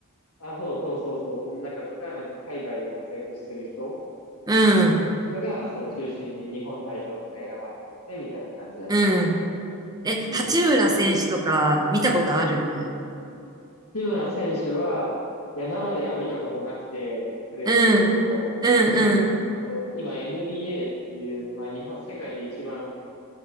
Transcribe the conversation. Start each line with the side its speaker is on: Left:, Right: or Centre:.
Left: あ、そうそうそうそう。その中とか、なんか海外で活躍してる人
Right: うん。
Left: とかが、そう、中心に日本代表とか選ばれてって、みたいな感じだね。
Right: うん。え、
Left: うん。
Right: 八村選手とか見たことある
Left: 志村選手は、いや、生では見たことなくて、プレーしてるところを、
Right: うん。うんうん。
Left: そう今 NBA っていう、まあ日本、世界で一番